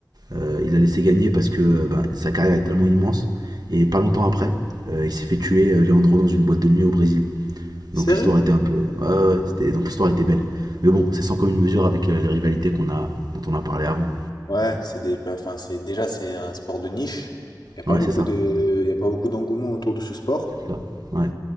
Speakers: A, on the right; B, on the left.
A: Euh, il a laissé gagner parce que ben, sa carrière est tellement immense. Et pas longtemps après, euh, il s'est fait tuer euh, Leandro dans une boîte de nuit au Brésil.
B: Sérieux?
A: Donc l'histoire était un peu. Ouais, ouais, c'était... Donc l'histoire était belle. Mais bon, c'est sans commune mesure avec euh, les rivalités qu'on a... dont on a parlé avant.
B: Ouais, c'est des, bah, enfin, c'est déjà c'est un sport de niche. Il y a pas
A: Ouais,
B: beaucoup
A: c'est ça.
B: de, il y a pas beaucoup d'engouement autour de ce sport.
A: ça. Ouais.